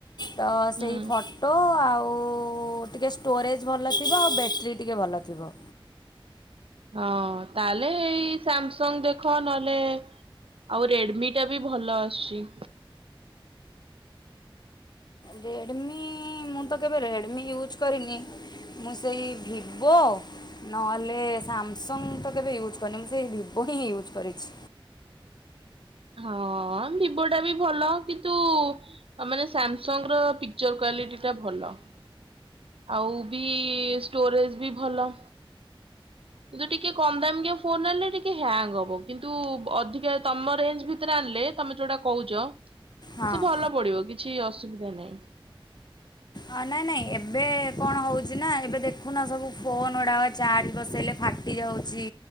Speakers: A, on the left (about 50°); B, on the right (about 80°).
A: ତ ସେଇ।
B: ହୁଁ
A: ଫଟୋ ଆଉ ଟିକେଏ ଷ୍ଟୋରେଜ୍ ଭଲ ଥିବ ଆଉ ବ୍ୟାଟେରୀ ଟିକେ ଭଲ ଥିବ।
B: ହଁ ତାହେଲେ ଏଇ ସାମ୍ ସଂଗ ଦେଖ ନହେଲେ ଆଉ ରେଡମି ଟା ବି ଭଲ ଆସୁଛି।
A: ରେଡ଼ମି ମୁଁ ତ କେବେ ରେଡ଼ମି ୟୁଜ୍ କରିନି। ମୁଁ ସେଇ ଭିବୋ। ନହେଲେ ସାମସଙ୍ଗ ତ କେବେ ୟୁଜ୍ କରିନି ମୁଁ ସେଇ ଭିବୋ ହିଁ ୟୁଜ୍ କରିଛି।
B: ହଁ ଭିବୋ ଟା ବି ଭଲ କିନ୍ତୁ ମାନେ ସାମସଙ୍ଗ ର। ପିଚର କ୍ଵାଲିଟି ଟା ଭଲ ଆଉ ବି ଷ୍ଟୋରେଜ ବି ଭଲ। କିନ୍ତୁ ଟିକେ କମ ଦମ୍ କି ଫୋନ ଆଣିଲେ ଟିକେ ହ୍ୟାଙ୍ଗ ହବ କିନ୍ତୁ ଅଧିକା ତମ ରେଞ୍ଜ ଭିତରେ ଆଣିଲେ ତମେ ଯୋଉଟା କହୁଛ
A: ହଁ।
B: ସେ ଭଲ ପଡିବ କିଛି ଅସୁବିଧା ନାହିଁ
A: ହ ନାଇଁ ନାଇଁ ଏବେ କଣ ହଉଛି ନା ଏବେ ଦେଖୁନା ସବୁ ଫୋନ ଗୁଡା ଚାର୍ଜ ବସେଇଲେ ଫାଟୁଚି ଫାଟି ଯାଉଛି